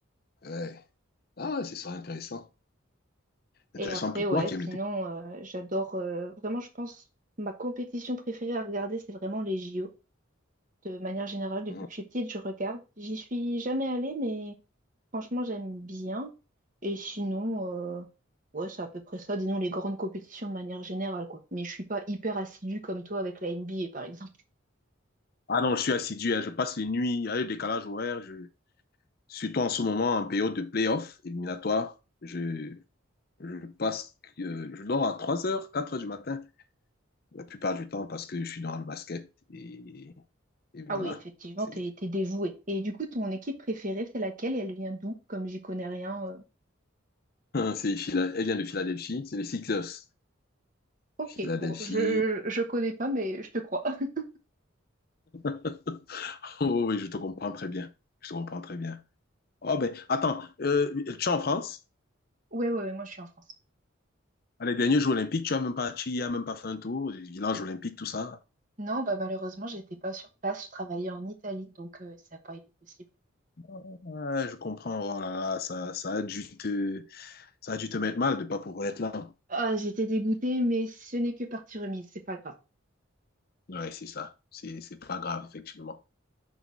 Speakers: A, on the left; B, on the right.
A: Ouais. Ah, ce sera intéressant. Intéressant
B: Et après,
A: pour
B: ouais,
A: toi qui
B: sinon,
A: aime le tennis.
B: euh, j'adore euh, vraiment, je pense, ma compétition préférée à regarder, c'est vraiment les JO. De manière générale, depuis
A: Mm.
B: que je suis petite, je regarde. J'y suis jamais allée, mais Franchement, j'aime bien. Et sinon, euh, ouais, c'est à peu près ça, disons les grandes compétitions de manière générale, quoi. Mais je suis pas hyper assidue comme toi avec la NBA, par exemple.
A: Ah non, je suis assidu, hein. Je passe les nuits, il y a le décalage horaire. Je... Surtout en ce moment, en période de play-off éliminatoire, je... Je passe, euh, je dors à trois heures, quatre heures du matin, la plupart du temps, parce que je suis dans le basket. Et, et voilà.
B: Ah oui, effectivement,
A: C'est,
B: t'es, t'es
A: <laughs>
B: dévouée. Et du coup, ton équipe préférée, c'est laquelle et elle vient d'où? Comme j'y connais rien. euh.
A: c'est Phila- elle vient de Philadelphie, c'est les Sixers.
B: Ok,
A: Philadelphie.
B: bon, je, je connais pas, mais je te crois. <laughs>
A: <laughs> Oh oui, je te comprends très bien. Je te comprends très bien. Oh ben, attends, euh, tu es en France?
B: Ouais, ouais, ouais, moi je suis en France.
A: À les derniers Jeux Olympiques, tu as même pas, tu y as même pas fait un tour, les villages olympiques, tout ça.
B: Non, bah malheureusement, j'étais pas sur place, je travaillais en Italie, donc euh, ça n'a pas été possible.
A: Ouais, je comprends. Oh là là, ça, ça a dû te, ça a dû te mettre mal de pas pouvoir être là.
B: Ah, j'étais dégoûtée, mais ce n'est que partie remise, c'est pas grave.
A: Ouais, c'est ça. C'est, c'est pas grave, effectivement.